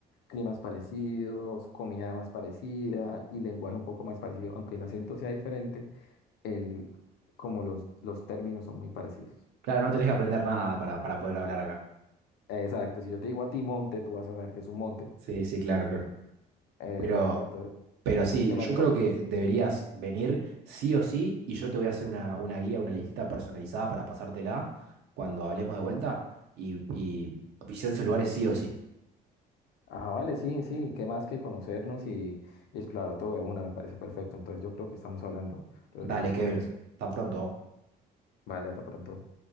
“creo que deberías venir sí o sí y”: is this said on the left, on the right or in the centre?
Right